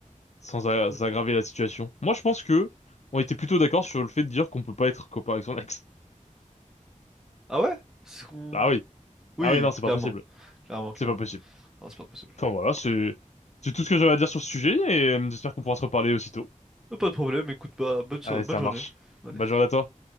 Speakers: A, on the left; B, in the centre.
A: sans a-
B: Ok.
A: sans aggraver la situation. Moi, je pense que on était plutôt d'accord sur le fait de dire qu'on peut pas être copain avec son ex. <laughs>
B: Ah ouais? C'est qu'on-
A: Ah oui,
B: Oui,
A: ah oui, non, c'est
B: clairement.
A: pas possible,
B: Clairement, clairement.
A: c'est pas possible.
B: Non, c'est pas possible.
A: Enfin voilà, c'est c'est tout ce que j'avais à dire sur ce sujet et euh, j'espère qu'on pourra se reparler aussitôt.
B: Euh, Pas de problème, écoute, bah, bonne, so-
A: Allez,
B: bonne
A: ça
B: journée.
A: marche.
B: Allez.
A: Bonne journée à toi.